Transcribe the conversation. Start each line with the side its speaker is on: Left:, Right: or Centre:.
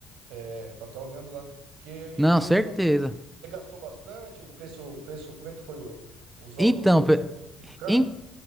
Right: é, para estar olhando lá. Que, e
Centre: Não,
Right: o preço
Centre: certeza.
Right: lá do. Você gastou bastante? O preço, o preço, como é que foi o- os valores
Centre: Então, pe-
Right: lá? É muito, muito caro?
Centre: en-